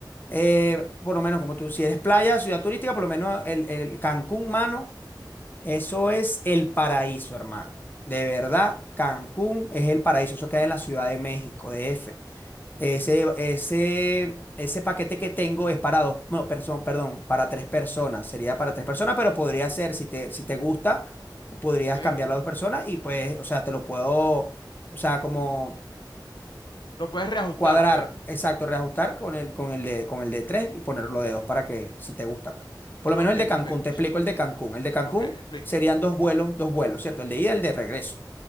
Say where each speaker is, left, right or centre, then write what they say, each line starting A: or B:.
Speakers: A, on the left; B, on the left.
A: eh, por lo menos como tú, si eres playa, ciudad turística, por lo menos el, el Cancún, mano. Eso es el paraíso, hermano. De verdad, Cancún es el paraíso. Eso queda en la Ciudad de México, D F Ese, ese, ese paquete que tengo es para dos, no, perdón, perdón, para tres personas. Sería para tres personas, pero podría ser, si te, si te gusta, podrías
B: ¿Ok?
A: cambiarlo a dos personas y pues, o sea, te lo puedo, o sea, como
B: Lo puedes reajustar,
A: cuadrar,
B: pues.
A: exacto, reajustar con el, con el de, con el de 3 y ponerlo de 2 para que si te gusta, pues. Por lo
B: Ok,
A: menos el de
B: perfecto,
A: Cancún, te explico
B: sí.
A: el de Cancún. El de Cancún
B: Ok, explícame.
A: serían dos vuelos, dos vuelos, ¿cierto? El de ida y el de regreso.